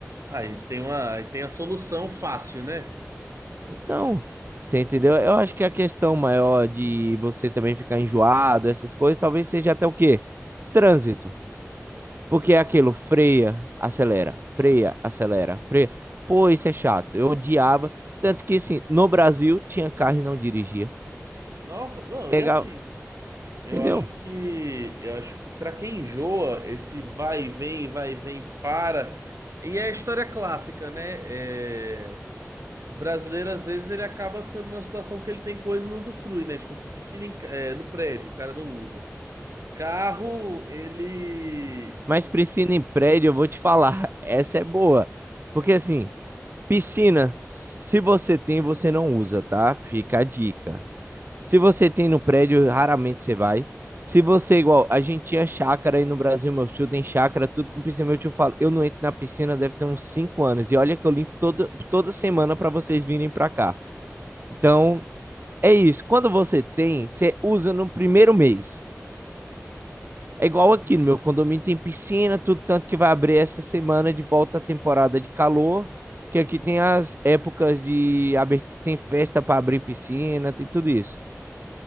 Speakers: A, on the right; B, on the right.
A: Aí tem uma, aí tem a solução fácil, né?
B: Então, você entendeu? Eu acho que a questão maior de você também ficar enjoado, essas coisas, talvez seja até o quê? Trânsito. Porque é aquilo, freia, acelera, freia, acelera, freia. Pô, isso é chato. Eu odiava. Tanto que, assim, no Brasil tinha carro e não dirigia.
A: Nossa, não,
B: Legal,
A: e assim, eu
B: entendeu?
A: acho que eu acho que para quem enjoa esse vai e vem, vai e vem, para. E é a história clássica, né? É, O brasileiro, às vezes, ele acaba ficando numa situação que ele tem coisa e não usufrui, né? Tipo assim, piscina em ca- é, no prédio, o cara não usa. Carro, ele.
B: Mas piscina em prédio, eu vou te falar, <laughs> essa é boa. Porque assim, piscina, se você tem, você não usa, tá? Fica a dica. Se você tem no prédio, raramente você vai. Se você, igual, a gente tinha chácara aí no Brasil, meu tio tem chácara, tudo com piscina. Meu tio fala, eu não entro na piscina, deve ter uns 5 anos. E olha que eu limpo todo, toda semana pra vocês virem pra cá. Então, é isso. Quando você tem, você usa no primeiro mês. É igual aqui no meu condomínio tem piscina, tudo tanto que vai abrir essa semana de volta a temporada de calor, que aqui tem as épocas de abertura, tem festa para abrir piscina, tem tudo isso.